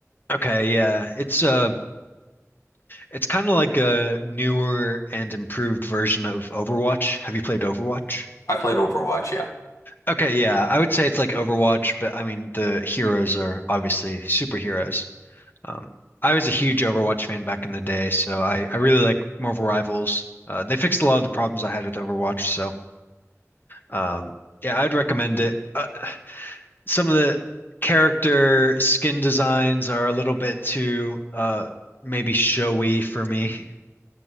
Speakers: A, on the left; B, on the left.
A: Okay, yeah, it's uh, it's kind of like a newer and improved version of Overwatch. Have you played Overwatch?
B: I played Overwatch, yeah.
A: Okay, yeah, I would say it's like Overwatch, but I mean the heroes are obviously superheroes. Um, I was a huge Overwatch fan back in the day, so I I really like Marvel Rivals. Uh, they fixed a lot of the problems I had with Overwatch, so. Um, yeah, I'd recommend it. Uh, some of the character skin designs are a little bit too uh maybe showy for me.